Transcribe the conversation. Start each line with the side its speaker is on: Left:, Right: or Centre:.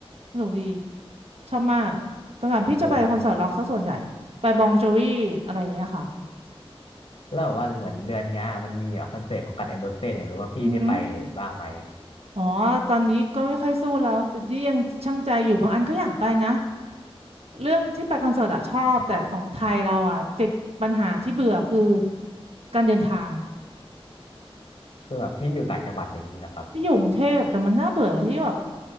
Right: สนุกดีชอบมากตั้งแต่พี่จะไปคอนเสิร์ตร็อกซะส่วนใหญ่ไปบองโจวีอะไรอย่างเงี้ยค่ะ
Left: โอ้ยแล้วแบบว่าเหมือนเดือนเนี้ยมันมีแบบคอนเสิร์ตของกันแอนโรเซ่อยากรู้ว่าพี่ได้ไปบ้างไหม
Right: อือหืออ๋อตอนนี้ก็ไม่ค่อยสู้แล้วแต่นี่ยังชั่งใจอยู่บางอันก็อยากไปนะเรื่องที่ไปคอนเสิร์ตอะชอบแต่ของไทยเราอะติดปัญหาที่เบื่อคือการเดินทาง
Left: คือแบบพี่อยู่ต่างจังหวัดอะไรอย่างนี้นะครับ
Right: ที่อยู่กรุงเทพแต่มันน่าเบื่อที่แบบ